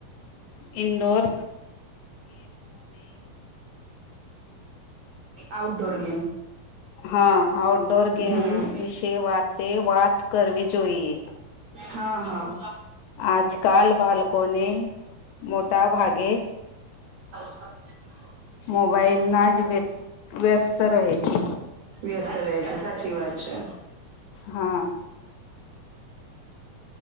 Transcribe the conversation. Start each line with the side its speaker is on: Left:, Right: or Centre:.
Left: ઇન્દોર
Right: આઉટડોર ગેમ.
Left: હાં આઉટડોર ગેમ
Right: હમ
Left: વિશે વાતે વાત કરવી જોઈએ.
Right: હાં હાં.
Left: આજકાલ બાલકોને મોટા ભાગે
Right: <unintelligible>
Left: મોબાઈલના જ વ્ય વ્યસ્ત રહે છે.
Right: વ્યસ્ત રહે છે સાચી વાત છે.
Left: હા.